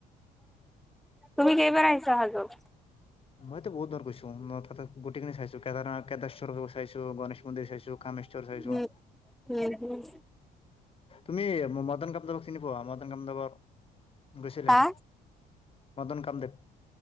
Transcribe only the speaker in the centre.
তুমি কেইবাৰ আহিছা হাজো?
উম উম হম
কা